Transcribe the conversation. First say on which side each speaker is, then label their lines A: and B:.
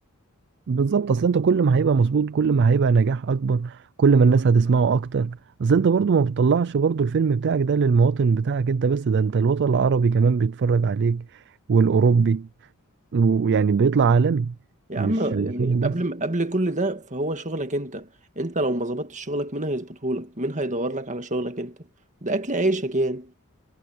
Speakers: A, on the right (about 55°); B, on the right (about 35°).
A: بالظبط اصل انت كل ما هيبقى مظبوط كل ما هيبقى نجاح اكبر كل ما الناس هتسمعه اكتر اصل انت برضو ما بتطلعش برضو الفيلم بتاعك ده للمواطن بتاعك انت بس ده انت الوطن العربي كمان بيتفرج عليك والاوروبي ويعني بيطلع عالمي
B: يا
A: مش
B: عم
A: مش
B: يعني
A: واحد بس
B: قبل ما قبل كل ده فهو شغلك انت انت لو ما ظبطتش شغلك مين هيظبطهولك مين هيدور لك على شغلك انت ده اكل عيشك يعني